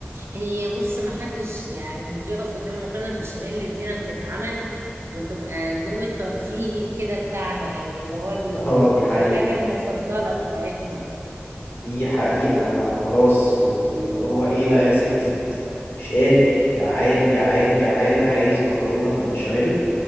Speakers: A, on the right; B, on the left.
A: هي بص ما حدش يعني بيقف قدام المكرونه البشاميل اللي دينا بتتعمل بتبقى اليوم الترفيهي كده بتاعنا يعني اللي هو
B: <laughs>
A: ال-
B: اه دي حقيقة
A: الحاجه المفضله بتاعتنا
B: دي حقيقة انا خلاص كنت اللي هو ايه بقى يا ستي مش قادر جعان جعان جعان عايز مكرونة بالبشاميل